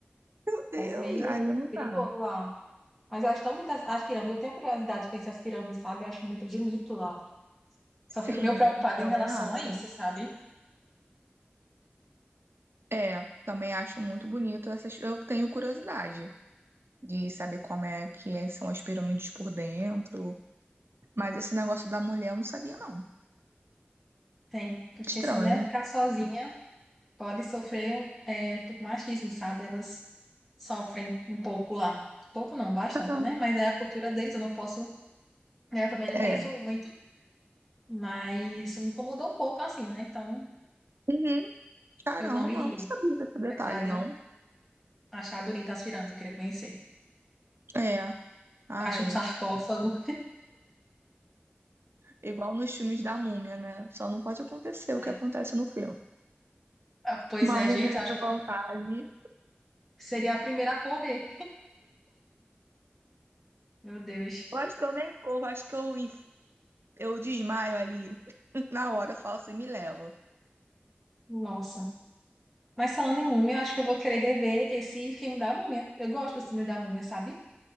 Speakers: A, on the right; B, in the centre.
A: Meu Deus,
B: parece meio
A: aí não
B: perigoso
A: dá.
B: lá. Mas eu acho tão bonitas as pirâmides. Eu tenho curiosidade de conhecer as pirâmides, sabe? Eu acho muito bonito lá.
A: Sim,
B: Só fico meio preocupada
A: Também
B: em relação
A: acho.
B: a isso, sabe?
A: É, também acho muito bonito essas. Eu tenho curiosidade de saber como é que é- são as pirâmides por dentro. Mas esse negócio da mulher eu não sabia, não.
B: Tem. Porque
A: Estranho.
B: se a mulher ficar sozinha, pode sofrer um, é, por machismo, sabe? Elas sofrem um pouco lá. Pouco não, bastante,
A: Caramba.
B: né? Mas é a cultura deles. Eu não posso. né, Eu também não
A: É.
B: conheço muito. Mas isso me incomodou um pouco, assim, né? Então
A: Uhum. Caramba,
B: eu não iria.
A: eu não sabia desse detalhe,
B: Apesar de
A: não.
B: eu achar bonita as pirâmides, eu queria conhecer.
A: É. Ai,
B: Acho um sarcófago.
A: igual nos filmes da múmia, né? Só não pode acontecer
B: né?
A: o que acontece no filme.
B: Ah, Pois
A: Uma
B: é,
A: múmia
B: gente. eu Acho
A: levantar
B: que eu
A: ali.
B: seria a primeira a correr. Meu Deus.
A: Eu acho que eu nem corro, acho que eu Eu desmaio ali <laughs> na hora, falo assim, me leva.
B: Nossa. Mas falando em múmia, acho que eu vou querer rever esse filme da múmia. Eu gosto do filme da múmia, sabe?